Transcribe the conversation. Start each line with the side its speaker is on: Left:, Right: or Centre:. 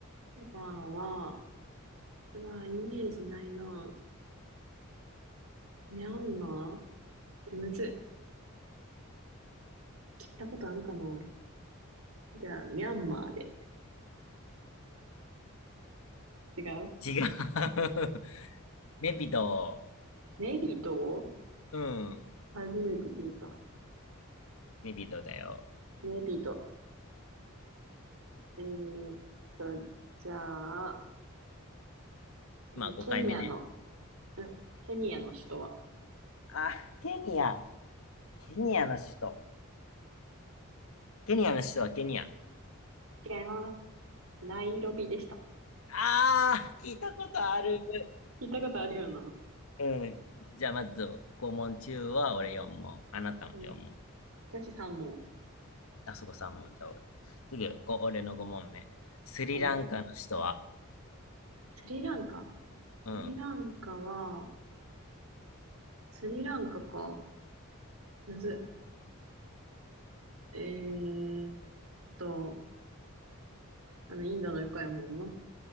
Right: ワンは、うわ、イメージないな。ミャンマーえむずい。聞いたことあるかなじゃあ、ミャンマーで。違う
Left: 違う。<laughs> ネピド
Right: ネビド
Left: ー。うん。
Right: 初めて聞いた。
Left: ネピドーだよ。
Right: ネビド。えーっと、じゃあ、えーケニアの、
Left: まあ、5回目ね。
Right: うん、ケニアの首都は
Left: あ、ケニア。ケニアの首都。ケニアの首都はケニア。
Right: 違います。ナイロビでした。
Left: あー、聞いたことある。
Right: 聞いたことあるよな。
Left: うん。じゃあ、まず、5問中は俺4問。あなたも4問。
Right: うん。私3問。
Left: あそこ3問。じゃあ俺。次、こ俺の5問目。スリランカの首都は
Right: はい。スリランカ。
Left: うん。
Right: スリランカは、スリランカか。むずい。えーっと、あの、インドの横やもんな。